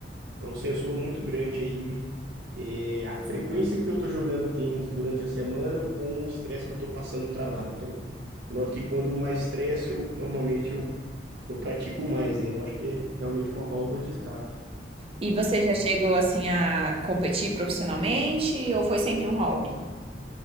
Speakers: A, on the right; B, on the right.
A: É um sensor muito grande aí. é, a frequência que eu estou jogando tênis durante a semana com o estresse que eu estou passando no trabalho. Então, eu noto que quando mais estresse, eu normalmente eu, eu pratico mais, né? Eu acho que é realmente uma válvula de escape.
B: E você já chegou, assim, a competir profissionalmente ou foi sempre um hobby?